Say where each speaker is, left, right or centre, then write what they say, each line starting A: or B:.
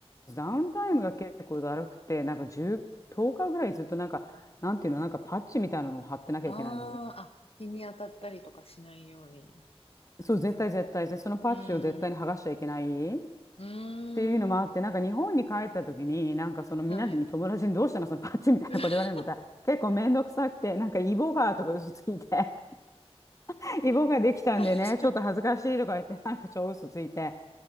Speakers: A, on the left; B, on the left.
A: ダウンタイムが結構だるくて、なんか10、10日ぐらいずっとなんか、なんていうの、なんかパッチみたいなのを貼ってなきゃいけない。
B: ああ、あ、日に当たったりとかしないように。
A: そう、絶対絶対。で、そのパッチを絶対に剥がしちゃいけない。
B: うーん。
A: っ
B: うーん。
A: ていうのもあって、なんか日本に帰った時に、なんかそのみんなに友達にどうしたのそのパッチみたいなこと言われることは結構めんどくさくて、
B: はい。<laughs>
A: なんかイボがとか嘘ついて、<laughs> イボができたんでね、
B: 確か
A: ちょっと恥ずかしいとか言って、なんか超嘘ついて。